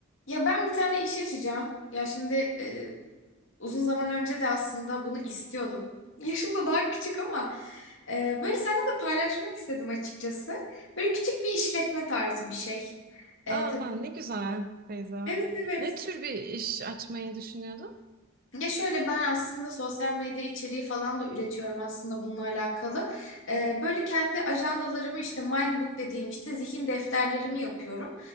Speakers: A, on the left; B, on the right.
A: Ya ben bir tane iş açacağım. Ya şimdi e, uzun zaman önce de aslında bunu istiyordum. <laughs> Yaşım da daha küçük ama e, böyle seninle de paylaşmak istedim açıkçası. Böyle küçük bir işletme tarzı bir şey. E,
B: Aa,
A: tabii,
B: ne güzel Feyza.
A: evet evet.
B: Ne tür bir iş açmayı düşünüyordun?
A: Ya şöyle ben aslında sosyal medya içeriği falan da üretiyorum aslında bununla alakalı. Ee, böyle kendi ajandalarımı işte Mindbook dediğim işte zihin defterlerimi yapıyorum.